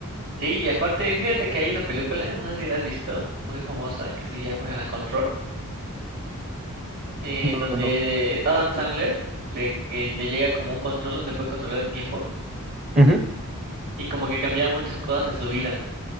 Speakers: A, on the right; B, on the right.
A: Sí, y aparte, fíjate que hay una película, no sé si la has visto, muy famosa, que se llama Control, eh,
B: No,
A: donde
B: no, no.
A: Adam Sandler le, eh, le llega como un control donde puede controlar el tiempo
B: Ujú,
A: y como que cambia muchas cosas de su vida.